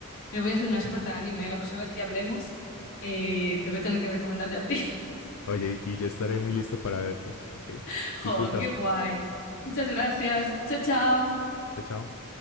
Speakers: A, on the left; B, on the left.
A: me voy a hacer una experta en anime, ¿eh? La próxima vez que hablemos eh, te voy a tener que recomendar yo a ti.
B: Oye, y yo estaré muy listo para verlos. ¿ok?
A: <laughs> ¡Jo,
B: Disfruta.
A: qué guay! Muchas gracias. Chao, chao.
B: Chao, chao.